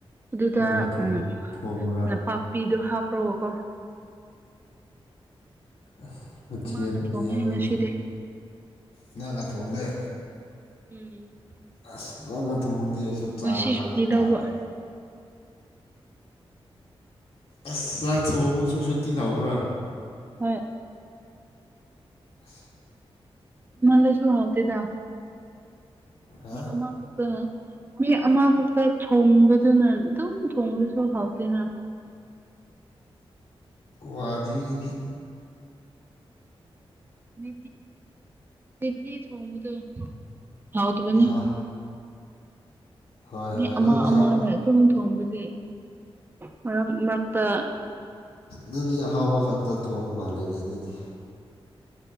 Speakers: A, on the right (about 20°); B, on the left (about 80°).
A: ꯑꯗꯨꯗ
B: ꯅꯪꯅ ꯊꯣꯡ
A: ꯎ
B: ꯊꯣꯡꯕ꯭ꯔꯥ
A: ꯅꯄꯥꯛꯄꯤꯗꯣ ꯍꯥꯞꯄ꯭ꯔꯣꯀꯣ
B: ꯑꯁ ꯃꯁꯤꯤ
A: ꯏꯃꯥꯅ ꯊꯣꯡꯉꯦ
B: ꯌꯦꯕꯗꯤ
A: ꯉꯁꯤꯗꯤ
B: ꯉꯅꯥꯀ ꯊꯣꯡꯗꯦ
A: ꯎꯝ
B: ꯑꯁ ꯉꯪꯅ ꯊꯣꯡꯗꯤ ꯑꯩꯁꯨ ꯆꯥꯕ
A: ꯉꯁꯤ
B: ꯂꯥꯛꯄ
A: ꯁꯨꯇꯤ ꯂꯧꯕ
B: ꯇꯥꯕ ꯑꯁ ꯆꯥꯛ ꯊꯣꯡ ꯑꯃꯁꯨ ꯁꯨꯇꯤ ꯂꯥꯎꯕ꯭ꯔꯥ
A: ꯍꯣꯏ
B: ꯑ
A: ꯃꯦ ꯁꯨ ꯍꯧꯥꯎꯇꯤꯗ
B: ꯍꯥ
A: ꯑꯃꯄ ꯃꯤ ꯑꯃꯈꯛꯇ ꯊꯣꯡꯕꯗꯨꯅ ꯑꯗꯨꯝ ꯊꯣꯡꯕꯁꯨ ꯍꯥꯎꯇꯦꯅ
B: ꯋꯥꯗꯤꯔꯤ
A: ꯃ ꯃꯇ ꯍꯕꯗ ꯍꯥꯎ ꯇ ꯃꯥꯅꯤ
B: ꯍꯣꯏ ꯍꯣꯏ
A: ꯃꯤ
B: ꯍꯣꯏ
A: ꯑꯃ
B: ꯅꯪꯗꯤ
A: ꯑꯃꯅ ꯑꯗꯨꯝ ꯊꯣꯡꯕꯗꯤ ꯃꯔꯛ ꯃꯔꯛꯇ
B: ꯅꯪꯗꯤ ꯑꯍꯥꯎꯕ ꯈꯛꯇ ꯊꯣꯡꯕ ꯃꯥꯂꯦꯅꯦ ꯑꯗꯨꯗꯤ